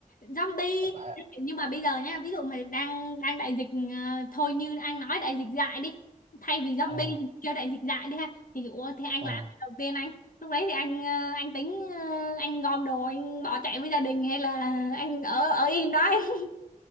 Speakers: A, on the left (about 85°); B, on the right (about 65°).
A: Zombie.
B: Tại
A: Nhưng mà bây giờ nha, ví dụ mà đang đang đại dịch ờ, thôi như anh nói đại dịch dại đi. Thay vì zombie
B: ờ
A: thì kêu đại dịch dại đi ha. Thì ủa, thì anh
B: ờ
A: làm gì đầu tiên anh? Lúc đấy thì anh ờ, anh tính ờ, anh gom đồ anh bỏ chạy với gia đình hay là anh ở ở im đó anh? <laughs>